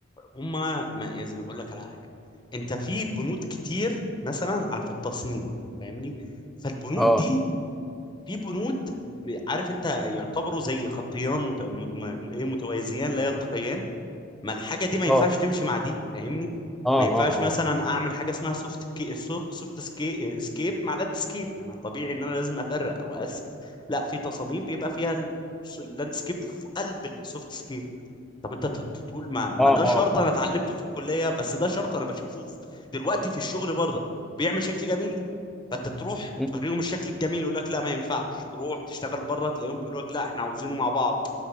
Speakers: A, on the left (about 20°); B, in the centre.
A: هم ما يعني اقول لك على حاجه انت في بنود كتير مثلا على في التصميم فاهمني فالبنود
B: اه
A: دي في بنود ب- عارف انت يعتبروا زي خطيان مت... م... م... ايه متوازيان لا يلتقيان ما الحاجه دي ما
B: اه
A: ينفعش تمشي مع دي فاهمني
B: اه
A: ما ينفعش
B: اه
A: مثلا
B: اه
A: اعمل حاجه اسمها سوفت كي... سو- سوفت سكي... سكيب مع لاند سكيب ما انا طبيعي ان انا لازم افرق او اقسم لا في تصاميم بيبقى فيها ال- اللاند سكيب في قلب السوفت سكيب طب انت ت- تقول ما ما
B: اه
A: ده شرط
B: اه
A: انا اتعلمته في الكليه بس ده شرط انا بشوفه في دلوقتي في الشغل بره بيعمل شكل جميل فانت تروح
B: فاهمة
A: توريهم الشكل الجميل يقول لك لا ما ينفعش تروح تشتغل بره تلاقيهم بيقولوا لك لا احنا عاوزينه مع بعض